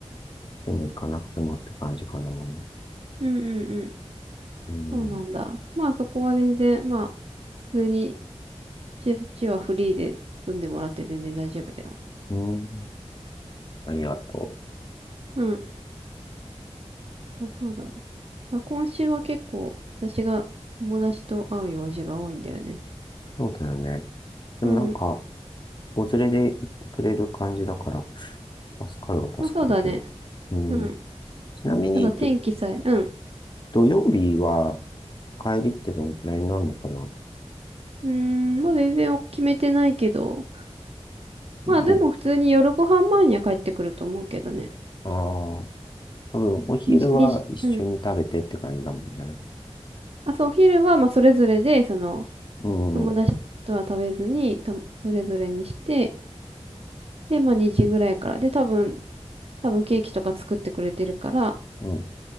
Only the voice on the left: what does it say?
も行かなくてもって感じかな。う
ん、
うん、ありがとう。
そうだよね。でもなんか、
子連れで行ってくれる感じだから、助かるは助かるけど。
うん、
ちなみに、
ど
土曜日は帰りってどのくらいになるのかな
ご、ああ、多分お昼は一緒に食べてって感じだもんね。
うん、
うん、